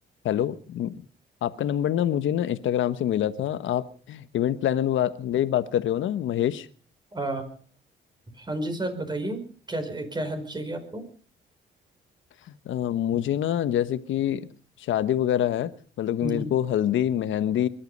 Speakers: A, on the left; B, on the right.
A: Hello म- आपका number ना मुझे ना इंस्टाग्राम से मिला था आप इवेंट प्लानर वाले ही बात कर रहे हो ना महेश
B: आ, हाँ जी सर बताइए क्या क्या हेल्प चाहिए आपको
A: अ, मुझे ना जैसे कि शादी वगैरह है मतलब कि
B: हम्म,
A: मेरे को हल्दी मेहंदी